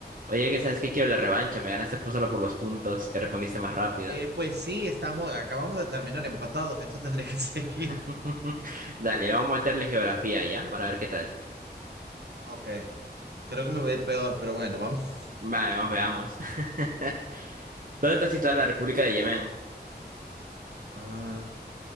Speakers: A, on the right; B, on the right.
A: Oye, que sabes que quiero la revancha, me ganaste por solo por los puntos que respondiste más rápido.
B: Eh, pues sí, estamos, acabamos de terminar empatados. Esto tendría que <laughs> seguir.
A: <laughs> Dale, vamos a meterle geografía ya, para ver qué tal.
B: Ok, creo que me va a ir peor, pero bueno, vamos.
A: Vale, Vamos, veamos. <laughs> ¿Dónde está situada la República de Yemen?
B: Ah,